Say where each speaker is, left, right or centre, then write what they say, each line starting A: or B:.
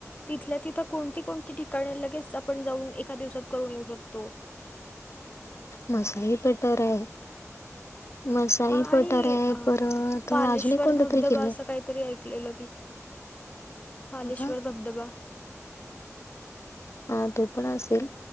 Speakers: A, on the left; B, on the left.
A: तिथल्या तिथं कोणती, कोणती ठिकाणी लगेच आपण जाऊन एका दिवसात करून येऊ शकतो?
B: मसाई पठार आहे. मसाई
A: हा
B: पठार
A: आणि
B: आहे परत
A: पालेश्वर
B: अजून एक कोणता
A: धबधबा
B: तरी किल्ला
A: अस
B: आहे
A: काहीतरी ऐ <unintelligible> ऐकलेल पालेश्वर
B: बघा
A: धबधबा.
B: हा तो पण असेल.